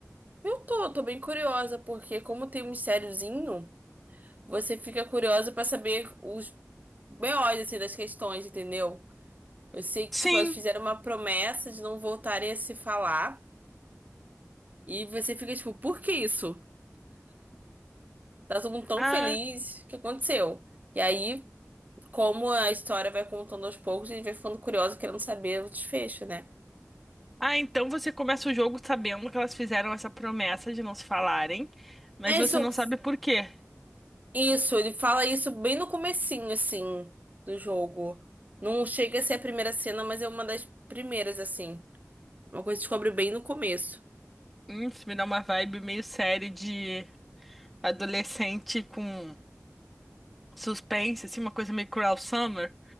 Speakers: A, on the right; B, in the centre.
A: Eu tô, tô bem curiosa, porque como tem um mistériozinho, você fica curiosa pra saber os BOs, assim, das questões, entendeu? Eu sei que,
B: Sim.
A: tipo, elas fizeram uma promessa de não voltarem a se falar. E você fica, tipo, por que isso? Tá todo mundo tão
B: Ah,
A: feliz. O que aconteceu? E aí, como a história vai contando aos poucos, a gente vai ficando curioso, querendo saber o desfecho, né?
B: ah, então você começa o jogo sabendo que elas fizeram essa promessa de não se falarem, mas
A: É
B: você
A: isso.
B: não sabe por quê.
A: Isso, ele fala isso bem no comecinho, assim, do jogo. Não chega a ser a primeira cena, mas é uma das primeiras, assim. Uma coisa que descobre bem no começo.
B: Hum, isso me dá uma vibe meio série de adolescente com suspense, assim, uma coisa meio Cruel Summer,